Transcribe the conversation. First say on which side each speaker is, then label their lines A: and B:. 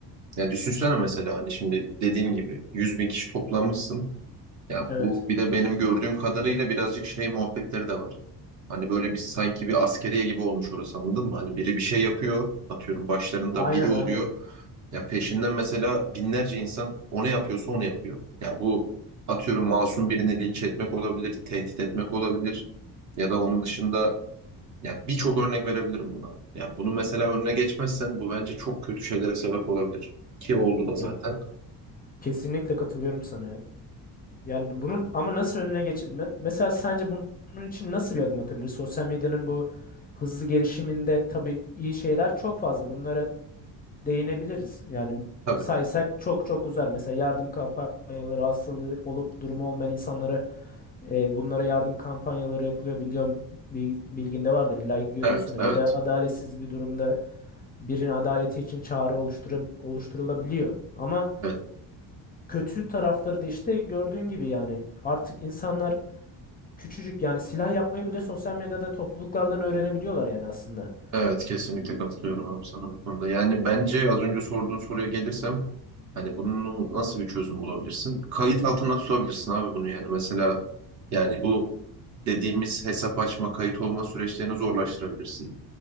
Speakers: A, on the right; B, on the left.
A: Ya düşünsene mesela hani şimdi dediğin gibi 100 bin kişi toplamışsın. Ya
B: Evet.
A: bu bir de benim gördüğüm kadarıyla birazcık şey muhabbetleri de var. Hani böyle bir sanki bir askeriye gibi olmuş orası anladın mı? Hani biri bir şey yapıyor atıyorum başlarında
B: Aynen
A: biri oluyor.
B: aynen.
A: Ya peşinden mesela binlerce insan o ne yapıyorsa onu yapıyor. Ya bu atıyorum masum birini linç etmek olabilir, tehdit etmek olabilir. Ya da onun dışında ya birçok örnek verebilirim buna. Ya bunu mesela önüne geçmezsen bu bence çok kötü şeylere sebep olabilir. Ki oldu da zaten.
B: Ya kesinlikle katılıyorum sana. ya. Yani bunun ama nasıl önüne geçip ne- mesela sence bunun için nasıl bir adım atabilir? Sosyal medyanın bu hızlı gelişiminde tabii iyi şeyler çok fazla. Bunlara değinebiliriz. Yani
A: Tabii.
B: saysak çok çok uzar. Mesela yardım kampanyaları hastalığı olup durumu olmayan insanlara e, bunlara yardım kampanyaları yapılıyor. Biliyorum bil- bilginde vardır illa ki görüyorsundur.
A: Evet, evet,
B: Ya da adaletsiz bir durumda birinin adaleti için çağrı oluşturup, oluşturulabiliyor. Ama
A: evet.
B: kötü tarafları da işte gördüğün gibi yani artık insanlar küçücük yani silah yapmayı bile sosyal medyada topluluklardan öğrenebiliyorlar yani aslında.
A: Evet, kesinlikle katılıyorum abi sana bu konuda. Yani bence az önce sorduğun soruya gelirsem hani bunu nasıl bir çözüm bulabilirsin? Kayıt
B: Evet.
A: altına tutabilirsin abi bunu yani. Mesela yani bu dediğimiz hesap açma, kayıt olma süreçlerini zorlaştırabilirsin.